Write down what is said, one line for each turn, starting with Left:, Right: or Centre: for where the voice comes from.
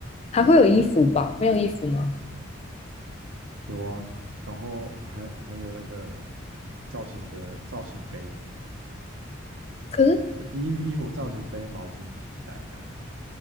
Left: 还会有衣服吧？没有衣服吗？
Right: 有啊，然后还还有那个造型的造型杯，
Left: <laughs> 可是
Right: 有衣衣服造型杯、毛巾、提袋这样的。